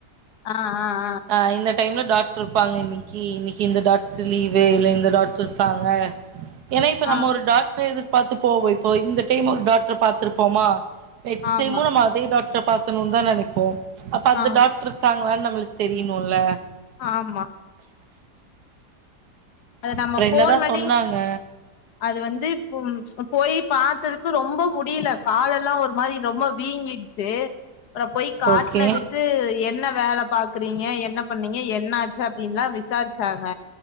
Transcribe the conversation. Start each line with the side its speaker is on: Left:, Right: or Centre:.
Left: ஆஹ் ஆஹ் ஆஹ்
Right: ஆ இந்த டைம்ல டாக்டர் இருப்பாங்க இன்னைக்கு இன்னைக்கு இந்த டாக்டர் லீவு இல்ல இந்த டாக்டர் இருக்காங்க ஏன்ன இப்ப
Left: ஆ
Right: நம்ம
Left: ஆ
Right: ஒரு டாக்ர எதிர் பாத்து போவோம் இப்போ இந்த இருமல் டாக்டர் பாத்துருப்போமா நெக்ஸ்ட்
Left: ஆ ஆமா
Right: டைமு நாம அதே டாக்ட இத பாக்கனும் தான் நினப்போம் அப்ப அந்த
Left: ஆ
Right: டாக்டரு தான் இதனு நம்மளுக்கு தெரியுணுல்ல
Left: ஆமா அது நம்ம
Right: அப்புறம் என்னதான்
Left: போன் பண்ணி
Right: சொன்னாங்க
Left: அது வந்து இப்ப போய் பாத்ததுக்கு ரொம்ப முடியல காலெல்லாம் ஒரு மாரி ரொம்ப வீங்கிடுச்சு அப்புறம் போய் காட்டுனதுக்கு
Right: ஓகே
Left: என்ன வேல பாக்குறீங்க என்ன பண்ணீங்க என்னாச்சு அப்டின்லாம் விசாரிச்சாங்க